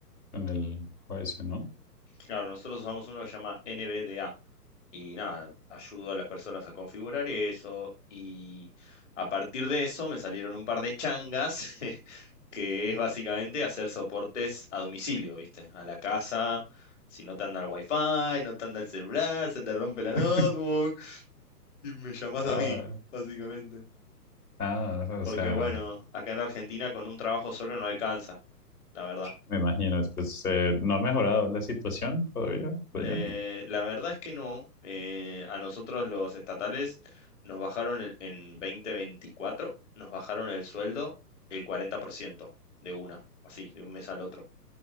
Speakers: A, on the left; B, on the left.
A: en el OS, ¿no?
B: Claro, nosotros usamos uno que se llama NVDA y nada, ayudo a las personas a configurar eso y a partir de eso me salieron un par de changas <laughs> que es básicamente hacer soportes a domicilio, ¿viste? A la casa, si no te anda el wifi, no te anda el celular, se te rompe la notebook
A: <laughs>
B: y me llamas
A: Ah,
B: a mí, básicamente.
A: ah,
B: Porque
A: o sea,
B: bueno, acá en Argentina con un trabajo solo no alcanza, la verdad.
A: me imagino, esto es, eh, ¿no ha mejorado la situación todavía por
B: Eh,
A: allá?
B: la verdad es que no. Eh, a nosotros los estatales nos bajaron el- en 2024, nos bajaron el sueldo el 40% de una, así, de un mes al otro.